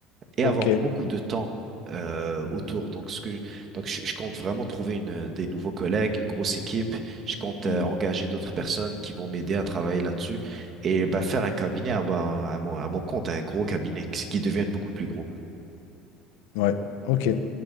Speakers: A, on the right; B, on the left.
A: et
B: Ok.
A: avoir beaucoup de temps euh, autour. Donc, ce que je, donc je, je compte vraiment trouver une, des nouveaux collègues, une grosse équipe. Je compte euh,
B: Mm.
A: engager d'autres personnes qui vont m'aider à travailler là-dessus et bah, faire un cabinet à, à mon, à mon compte, un gros cabinet qui qui devienne beaucoup plus gros.
B: Ouais. Ok.